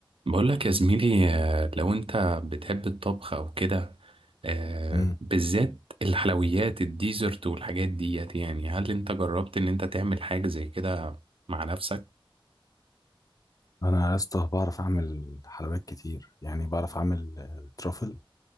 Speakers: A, on the right (about 80°); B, on the left (about 40°).
A: بقول لك يا زميلي آه، لو انت بتحب الطبخ او كده آه،
B: مم.
A: بالذات الحلويات الديزرت والحاجات ديت يعني هل انت جربت ان انت تعمل حاجة زي كده مع نفسك
B: انا يا اسطى بعرف اعمل حلويات كتير يعني بعرف اعمل آه، ترافل